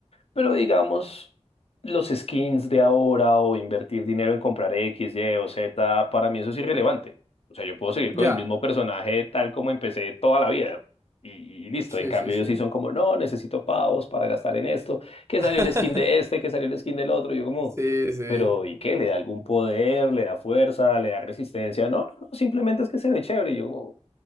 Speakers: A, on the left; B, on the right.
A: Pero digamos, los skins de ahora o invertir dinero en comprar X, Y o Z, para mí eso es irrelevante. O sea, yo puedo seguir con
B: Ya.
A: el mismo personaje tal como empecé toda la vida. Y, y listo,
B: Sí,
A: en cambio
B: sí, sí.
A: ellos sí son como, no, necesito pavos para gastar en esto, que salió
B: <laughs>
A: el skin de este, que salió el skin del otro, y yo como,
B: Sí, sí.
A: pero ¿y qué? ¿Le da algún poder? ¿Le da fuerza? ¿Le da resistencia? No, no, no, simplemente es que se ve chévere, y yo como,